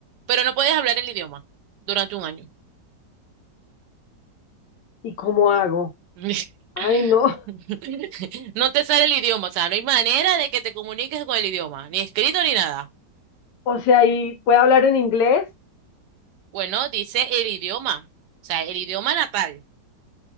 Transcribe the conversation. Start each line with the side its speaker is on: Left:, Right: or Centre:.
Right: pero no puedes hablar el idioma durante un año.
Left: ¿Y cómo hago?
Right: <laughs>
Left: Ay, no. <laughs>
Right: <laughs> No te sale el idioma, o sea, no hay manera de que te comuniques con el idioma, ni escrito ni nada.
Left: O sea, ¿y puedo hablar en inglés?
Right: Bueno, dice el idioma, o sea, el idioma natal.